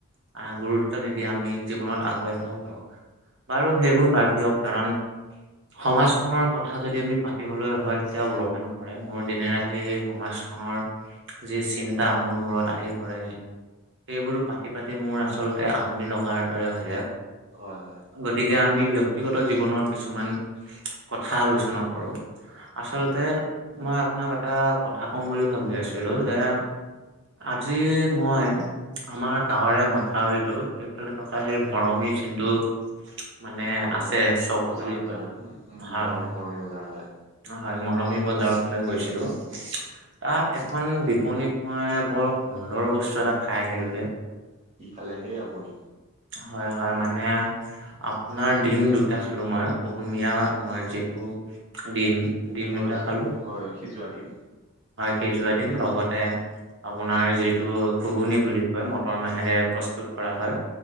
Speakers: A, on the right; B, on the right.
A: অহ, গুৰুত্ব নিদি আমি জীৱনত আগুৱাই যাব পাৰো। বাৰু সেইবোৰ বাদ দিয়ক কাৰণ সমাজখনৰ কথা যদি আমি পাতিবলৈ হয় তেতিয়া ওলকে নপৰে, মোৰ দিনে ৰাতিয়েই এই সমাজখনৰ যি চিন্তা মোৰ মূৰত আহি পৰে। সেইবোৰ পাতি পাতি মোৰ আচলতে আমনি লগাৰ দৰে হৈছে।
B: হয় হয়।
A: গতিকে আমি ব্যক্তিগত জীৱনৰ কিছুমান কথা আলোচনা কৰো। আচলতে,
B: হয়
A: মই আপোনাক এটা কথা কম বুলি ভাবি আছিলো যে আজি মই আমাৰ গাঁৱৰে মথাউৰিটো সেইফালে থকা সেই মৰমি যোনটো মানে
B: হয় হয়
A: আছে চব
B: বজাৰ
A: বুলি
B: বজাৰ
A: কয়। হয়
B: বৰ
A: হয়।
B: মৰমী বজাৰ হয়।
A: হয়, মৰমী বজাৰৰ ফালে গৈছিলো, তাত এখন বিপনীত মই বৰ সুন্দৰ বস্তু এটা খাই আহিলোঁ হে।
B: কি খালে হেই আপুনি?
A: হয় হয়, মানে আপোনাৰ ডিম দুটা খালো মই কুহুমীয়া আমাৰ যিটো ডিম। ডিম
B: হয়
A: দুটা খালো।
B: হয় সিজোৱা দিম
A: সিজুৱাই দিম, লগতে আপোনাৰ যিটো ঘুগুনি বুলি কয় মট টৰ মাহেৰে প্ৰস্তুত কৰা হয়